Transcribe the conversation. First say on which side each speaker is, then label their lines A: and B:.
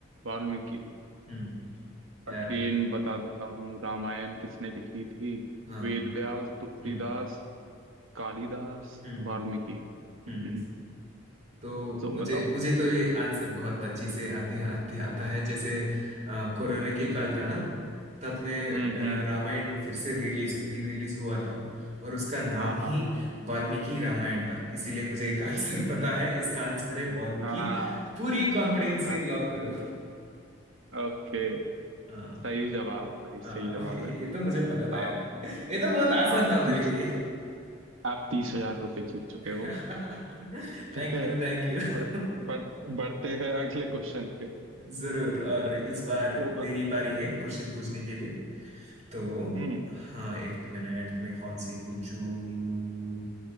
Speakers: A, on the right; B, on the right.
A: Valmiki
B: हम्म यार
A: Again बता देता हूँ रामायण किसने लिखी थी
B: हाँ
A: वेद व्यास तुलसीदास
B: हम्म
A: कालिदास
B: हम्म
A: वाल्मीकि <clears throat>
B: हम्म तो
A: तो
B: मुझे
A: बताओ
B: मुझे तो ये आंसर बहुत अच्छी से आती आती आता है जैसे अ, कोरोना के काल था ना तब मैं
A: हम्म हम्म
B: अ, रामायण फिर से रिलीज री रिलीज हुआ था और उसका नाम
A: हाँ
B: ही
A: हाँ हाँ
B: वाल्मीकि रामायण था इसीलिए मुझे एक आंसर
A: हम्म
B: पता है इसका आंसर है वाल्मीकि
A: हाँ
B: पूरी कॉन्फिडेंस
A: हाँ
B: से लॉक करो
A: ओके
B: हाँ
A: सही जवाब भाई सही
B: हाँ
A: जवाब
B: <laughs> ये
A: है
B: तो मुझे पता था यार
A: आप
B: ये तो बहुत आसान
A: आप
B: था मेरे
A: तीस
B: लिए
A: आप तीस हजार रुपये
B: <laughs>
A: जीत चुके हो ठीक
B: Thank
A: है
B: you thank you <laughs>
A: बढ़ बढ़ बढ़ते हैं अगले क्वेश्चन पे
B: जरूर और इस बार
A: होगा
B: मेरी बारी है क्वेश्चन पूछने के लिए तो
A: हम्म
B: हाँ एक मिनट मैं कौन सी पूछूं